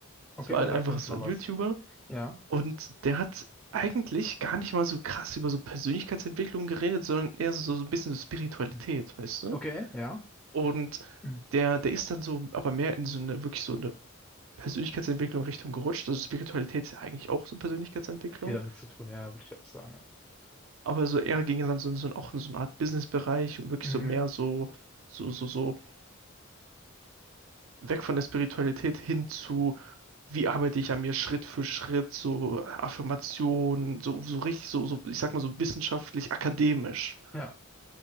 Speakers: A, in the centre; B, on the right (about 70°).
A: Okay,
B: Das war
A: da
B: halt
A: sagt
B: einfach
A: mir nicht
B: so
A: mal
B: ein
A: was.
B: YouTuber.
A: Ja,
B: Und der hat eigentlich gar nicht mal so krass über so Persönlichkeitsentwicklung geredet, sondern eher so, so ein bisschen so Spiritualität,
A: Hm.
B: weißt du?
A: okay, ja.
B: Und
A: Hm.
B: der, der ist dann so, aber mehr in so eine, wirklich so eine Persönlichkeitsentwicklung Richtung gerutscht. Also Spiritualität ist ja eigentlich auch so Persönlichkeitsentwicklung.
A: Viel damit zu tun, ja, würde ich auch sagen.
B: Aber so eher ging dann so, so auch
A: Ja.
B: in so eine Art Business Bereich und wirklich
A: Mhm.
B: so mehr so, so, so, so weg von der Spiritualität hin zu, wie arbeite ich an mir Schritt für Schritt, so Affirmationen, so, so richtig, so, so, ich sag mal so wissenschaftlich, akademisch.
A: Ja,